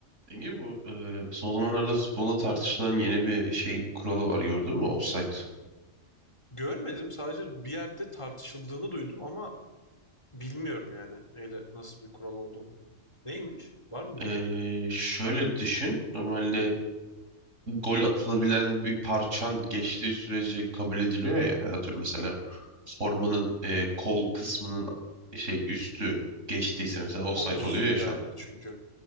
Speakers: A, on the right (about 75°); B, on the left (about 25°).
A: Enge bu e, son zamanlarda futbolda tartışılan yeni bir şey kuralı var gördün mü? Offside.
B: Görmedim. Sadece bir yerde tartışıldığını duydum ama bilmiyorum yani neyle nasıl bir kural olduğunu. Neymiş? Var mı bilgin?
A: E, şöyle düşün. Normalde gol atılabilen bir parçan geçtiği sürece kabul ediliyor ya. Hani Atıyorum mesela formanın e, kol kısmının şey üstü geçtiyse mesela offside
B: Omuz
A: oluyor ya
B: yani
A: şu an.
B: çünkü.